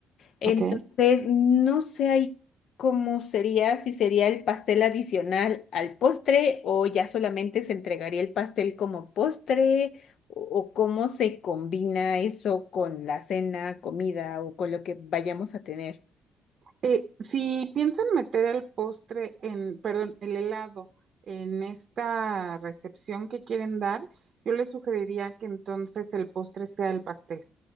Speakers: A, on the left (about 65°); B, on the right (about 55°).
A: Entonces,
B: ¿ok?
A: no sé ahí cómo sería, si sería el pastel adicional al postre o ya solamente se entregaría el pastel como postre o, o cómo se combina eso con la cena, comida o con lo que vayamos a tener.
B: Eh, si piensan meter el postre en, perdón, el helado en esta recepción que quieren dar, yo les sugeriría que entonces el postre sea el pastel.